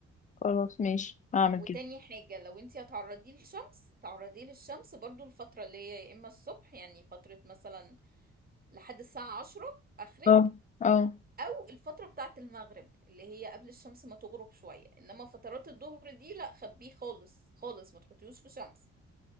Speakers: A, on the left; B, on the right.
A: خلاص ماشي هعمل
B: وتاني
A: كده
B: حاجة لو انتي هتعرضيه للشمس تعرضيه للشمس برضو الفترة اللي هي يا اما الصبح يعني فترة مثلا لحد الساعة عشرة اخرك
A: اه اه
B: او الفترة بتاعة المغرب اللي هي قبل الشمس ما تغرب شوية انما فترات الظهر دي لا خبيه خالص خالص ما تحطيهوش في شمس